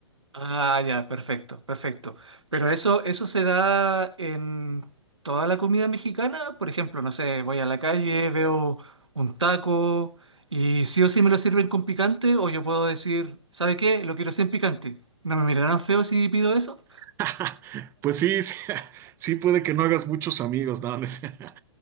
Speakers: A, on the right (about 85°); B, on the right (about 15°).
A: Ah, ya, perfecto, perfecto. Pero eso, eso se da en toda la comida mexicana. Por ejemplo, no sé, voy a la calle, veo un taco y sí o sí me lo sirven con picante o yo puedo decir, ¿sabe qué? Lo quiero sin picante. ¿No me mirarán feo si pido eso?
B: <laughs> Pues sí, sí, sí puede que no hagas muchos amigos, ¿no? <laughs>